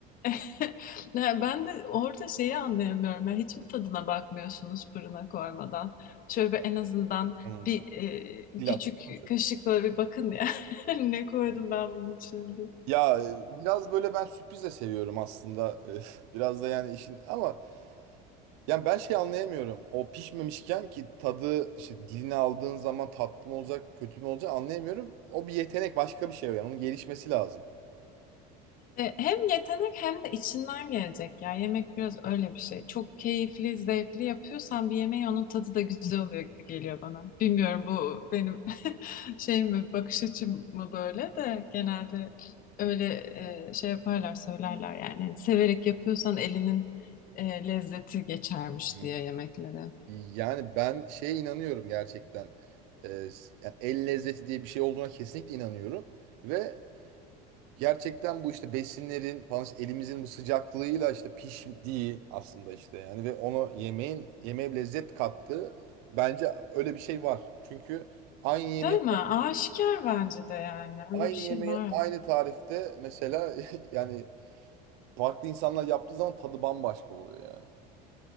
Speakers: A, on the left (about 45°); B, on the right (about 75°).
A: <laughs> Ne, Ben de orada şeyi anlayamıyorum. Ya hiç mi tadına bakmıyorsunuz fırına koymadan? Şöyle bir en azından
B: Hmm.
A: bir e,
B: Dil
A: küçük
B: atmamışım.
A: kaşıkla bir bakın ya. <laughs> Ne koydum ben bunun için diye.
B: Ya e, biraz böyle ben sürpriz de seviyorum aslında. E, <laughs> Biraz da yani işin ama yani ben şey anlayamıyorum. O pişmemişken ki tadı işte diline aldığın zaman tatlı mı olacak, kötü mü olacak anlayamıyorum. O bir yetenek, başka bir şey yani onun gelişmesi lazım.
A: E, Hem yetenek hem de içinden gelecek ya. Yemek biraz öyle bir şey. Çok keyifli, zevkli yapıyorsan bir yemeği onun tadı da güzel oluyor gibi geliyor bana. Bilmiyorum bu benim <laughs> şey mi, bakış açım mı böyle de genelde öyle e, şey yaparlar, söylerler yani. Hani severek yapıyorsan elinin e, lezzeti geçermiş
B: Hmm.
A: diye yemeklere.
B: Yani ben şeye inanıyorum gerçekten. Ee, yani el lezzeti diye bir şey olduğuna kesinlikle inanıyorum. Ve Gerçekten bu işte besinlerin falan işte elimizin bu sıcaklığıyla işte piştiği aslında işte yani ve onu yemeğin yemeğe bir lezzet kattığı bence öyle bir şey var. Çünkü aynı yemeği
A: Değil mi? Aşikar bence de yani. Öyle
B: aynı
A: bir şey
B: yemeği
A: var.
B: aynı tarifte mesela <laughs> yani farklı insanlar yaptığı zaman tadı bambaşka oluyor yani.